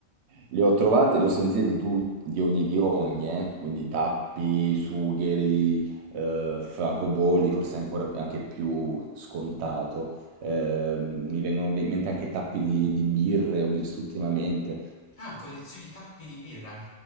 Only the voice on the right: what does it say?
Li ho trovati, li ho sentiti di, tu- di ogni, di ogni, eh, Quindi tappi, sugheri, eh, francobolli, forse ancora anche più scontato. Eh, mi vengono in mente anche tappi di, di birre, ho visto ultimamente.